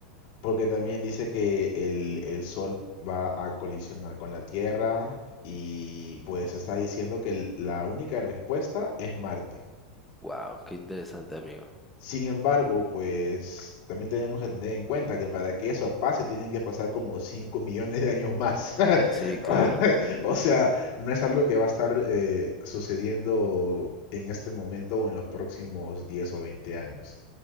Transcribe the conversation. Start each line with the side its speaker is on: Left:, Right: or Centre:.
Left: porque también dice que el, el Sol va a colisionar con la Tierra y pues está diciendo que el- la única respuesta es Marte.
Centre: Wow, qué interesante amigo.
Left: Sin embargo, pues también tenemos que tener en cuenta que para que eso pase tienen que pasar como 5 millones de años más. <laughs>
Centre: Sí, claro.
Left: O sea, no es algo que va a estar eh, sucediendo en este momento o en los próximos 10 o 20 años.